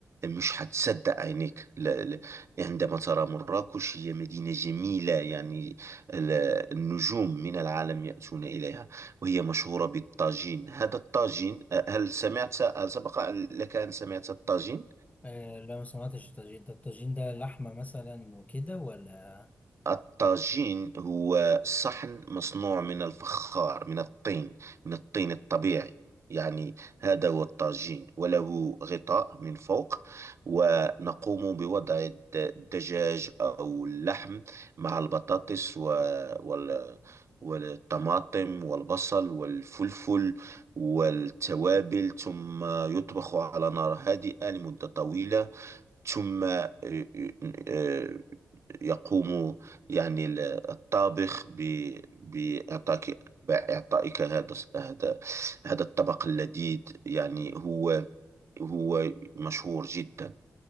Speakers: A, on the right; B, on the left.
A: مش هتصدق عينيك لا لا عندما ترى مراكش هي مدينة جميلة يعني ال- النجوم من العالم يأتون إليها وهي مشهورة بالطاجين هذا الطاجين آه، هل سمعت هل سبق لك أن سمعت الطاجين؟
B: آه لا ما سمعتش الطاجين ده الطاجين ده لحمة مثلا وكده ولا
A: الطاجين هو صحن مصنوع من الفخار من الطين من الطين الطبيعي يعني هذا هو الطاجين وله غطاء من فوق ونقوم بوضع الد- الدجاج أو اللحم مع البطاطس و... وال... والطماطم والبصل والفلفل والتوابل ثم يطبخ على نار هادئة لمدة طويلة ثم آه، آه، آه، يقوم يعني ال- الطابخ ب- بإعطاك بإعطائك هذا هذا هذا الطبق اللذيذ يعني هو هو مشهور جدا